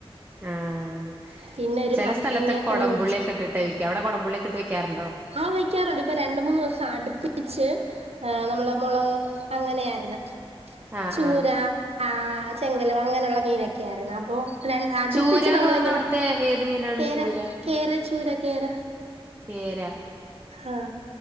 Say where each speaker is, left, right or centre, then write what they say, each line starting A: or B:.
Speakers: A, on the right; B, on the right.
A: ആഹ്
B: പിന്നെ ഒരു
A: ചില
B: മത്തങ്ങ
A: സ്ഥലത്തെക്കെ കൊടംപുള്ളിയൊക്കെ
B: കറിയും വെച്ച്
A: ഇട്ടിട്ടേ വെക്ക അവിടെ കൊടംപുള്ളിയൊക്കെ ഇട്ട് വെക്കാറുണ്ടോ
B: ആഹ് വെക്കാറുണ്ട് ഇപ്പൊ രണ്ട് മൂന്നോസം അടുപ്പി പിച്ച് ആഹ് നമ്മള് മുളക് അങ്ങനെയ ആയിരുന്നു
A: ആഹ്
B: ചൂരാ
A: ആഹ്
B: ആഹ് ചെങ്കൽവ അങ്ങനെയുള്ള മീനൊക്കെ ആയിരുന്നു അപ്പോ അടുപ്പിച്ച്
A: ചൂരാന്ന്
B: നമ്മൾ
A: പറഞ്ഞ
B: ഇങ്ങനെ
A: അവിടുത്തെ ഏത് മീനാണ്
B: കേര
A: ചൂര?
B: കേര ചൂര കേര
A: കേര
B: ആഹ്